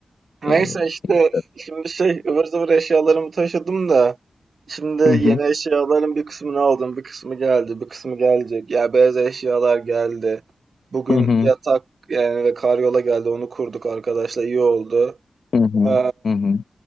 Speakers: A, on the right; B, on the left.
A: Neyse
B: İyi iyi.
A: işte
B: İyi.
A: şimdi şey ıvır zıvır eşyalarımı taşıdım da şimdi yeni
B: Hı hı.
A: eşyaların bir kısmını aldım bir kısmı geldi bir kısmı gelecek ya beyaz eşyalar geldi bugün
B: Hı hı.
A: yatak yani ve karyola geldi onu kurduk arkadaşlar iyi oldu
B: Hı hı,
A: ee,
B: hı hı.